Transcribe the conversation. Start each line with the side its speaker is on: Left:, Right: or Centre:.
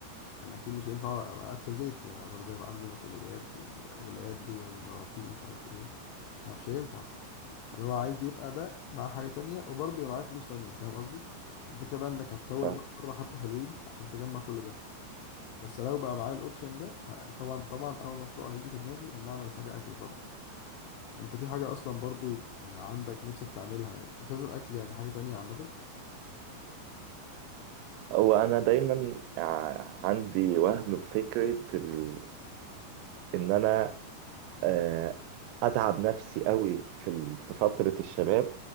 Left: انا اكيد مش هينفع ابقى قاعد في البيت يعني أنا برضه يبقى عندي مسؤوليات واولاد ومراتي ومش عارف ايه فمش هينفع اللي هو عايز يبقى ده مع حاجه تانية وبرضه يبقى معاه فلوس تانية فاهم قصدي فالفكره بقى انك هتطول
Right: ف-
Left: بقى مره حبه حلوين عشان تجمع كل ده بس لو بقى معايا الاوبشن ده ه- طبعا طبعا اول مشروع هيجي في دماغي ان اعمل حاجه اكل طبعا انت في حاجة اصلا برضو عندك نفسك تعملها مش لازم اكل يعني حاجة تانية عامة
Right: هو أنا دايما ع- عندي وهم بفكرة ال... إن أنا آه، أتعب نفسي قوي في ال... في فترة الشباب